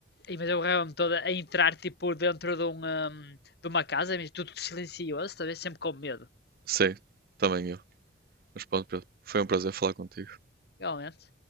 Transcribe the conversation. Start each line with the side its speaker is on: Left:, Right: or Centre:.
Left: E, mas eu borrava-me toda a entrar tipo dentro de, um, hum, de uma casa, mas tudo silencioso, talvez sempre com medo.
Right: Sim, também eu. Mas pronto, Pedro, foi um prazer falar contigo.
Left: Realmente.